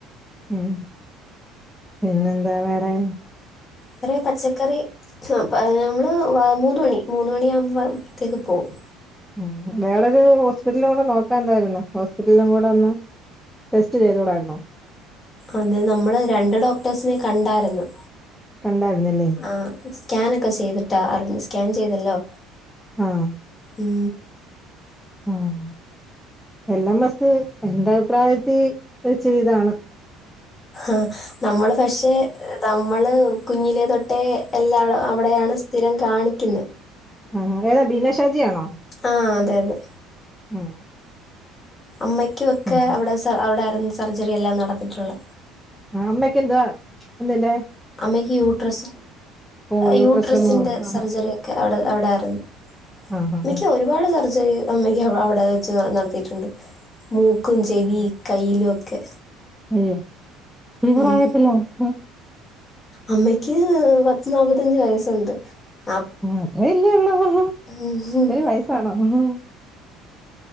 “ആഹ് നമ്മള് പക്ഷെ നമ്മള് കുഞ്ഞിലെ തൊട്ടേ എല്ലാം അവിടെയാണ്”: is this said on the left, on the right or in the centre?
Left